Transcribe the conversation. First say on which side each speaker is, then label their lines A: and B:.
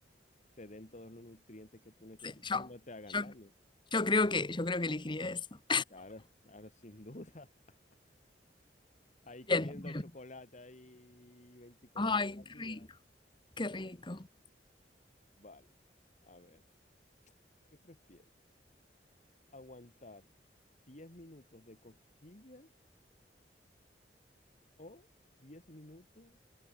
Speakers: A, on the left; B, on the left.
A: te den todos los nutrientes que tú necesitas
B: Sí, Yo,
A: y no te hagan
B: yo,
A: daño.
B: yo creo que, yo creo que elegiría eso.
A: Claro, claro, sin duda. <laughs> Ahí comiendo
B: Bien. bien.
A: chocolate ahí 24
B: Ay,
A: horas
B: qué
A: al día.
B: rico, qué rico.
A: Vale, a ver, ¿qué prefieres? ¿Aguantar 10 minutos de cosquillas o 10 minutos